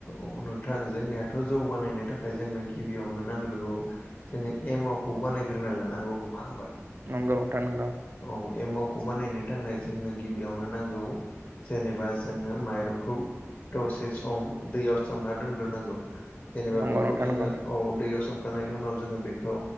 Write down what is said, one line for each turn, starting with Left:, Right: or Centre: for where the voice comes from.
Left: औ नोंथां जोंनियाथ' जौगानायनो थाखाय जोंनो गिबियावनो नांग्रोगौ जोङो एमावखौ बानायग्रोना लानांगौ नङा होमबा
Right: नंगौ नोंथां नंगौ
Left: औ एमावखौ बानायनो थांनाय जोंनो गिबियावनो नांगौ जेनेबा जोङो माइरंखौ दसे सम दैयाव सोमना दोनग्रोनांगौ जेनेबा
Right: नंगौ
Left: बेखौ
Right: नोंथां
Left: जोङो
Right: नंगौ
Left: औ दैयाव सोम खांनायनि उनाव जोङो बेखौ